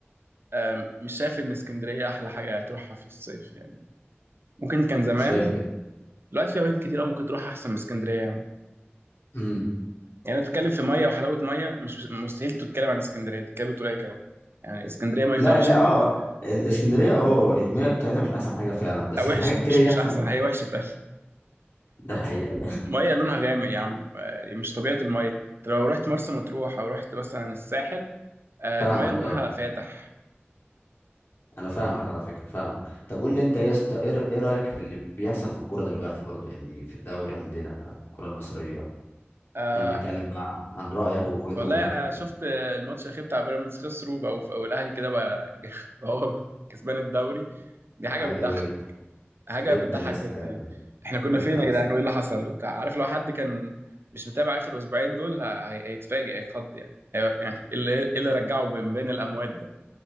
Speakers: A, on the right; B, on the left.
A: أم، مش شايف إن اسكندرية أحلى حاجة تروحها في الصيف يعني ممكن كان زمان
B: شايف
A: دلوقتي في أماكن كتير أوي ممكن تروح أحسن من اسكندرية يعني
B: امم
A: يعني أنت بتتكلم في مية وحلاوة مية مش مستحيل تتكلم عن اسكندرية أنت كده بتقول أي كلام يعني اسكندرية ميتها
B: لا
A: وحشة
B: لا
A: جدا
B: اه آه. الاسكندريه اه المياه بتاعتها مش احسن حاجه فعلا بس
A: لا وحشة
B: في حاجات كتير
A: مش
B: هي
A: مش
B: احسن
A: أحسن هي وحشة فعلا
B: ده حقيقه
A: مية لونها غامق يا عم يعني مش طبيعة المية أنت لو رحت مرسى مطروح أو رحت مثلا الساحل
B: <laughs>
A: آه،
B: فاهمك
A: المية لونها
B: اه
A: فاتح
B: انا فاهمك على فكره فاهمك طب قول لي انت يا اسطى ايه ر- إيه رايك في اللي بيحصل في الكوره دلوقتي برضو يعني في الدوري عندنا الكوره المصريه
A: آه،
B: احنا بنتكلم بقى عن رايك ووجهه
A: والله
B: نظرك
A: انا
B: يعني
A: شفت الماتش الاخير بتاع بيراميدز خسروا بقوا بقوا الاهلي كده بقى <laughs> بقى هو كسبان الدوري دي حاجه
B: حاجه
A: بتضحك
B: غريبه جدا
A: حاجه
B: جدا
A: بتضحك
B: يا اسطى
A: جدا
B: حاجة-
A: يعني احنا كنا
B: جدا
A: فين يا
B: أقسم
A: جدعان
B: بالله.
A: وايه اللي حصل وبتاع عارف لو حد كان مش متابع اخر اسبوعين دول هي- هيتفاجئ هيتخض يعني هي- يعني إيه اللي إيه اللي رجعه من بين الاموات ده